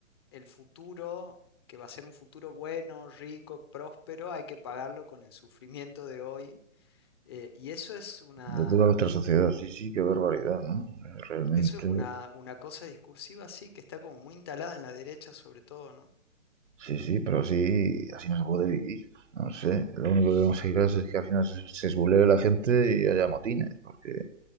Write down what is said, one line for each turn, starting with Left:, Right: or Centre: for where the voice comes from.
Left: el futuro, que va a ser un futuro bueno, rico, próspero, hay que pagarlo con el sufrimiento de hoy. eh, y eso es una
Right: De toda nuestra sociedad, sí, sí, qué barbaridad, ¿no? Realmente.
Left: Eso es una, una cosa discursiva, sí, que está como muy instalada en la derecha sobre todo, ¿no?
Right: Sí, sí, pero así, así no se puede vivir. No sé, lo único que conseguirás es que al final se, se esbulee la gente y haya motines, porque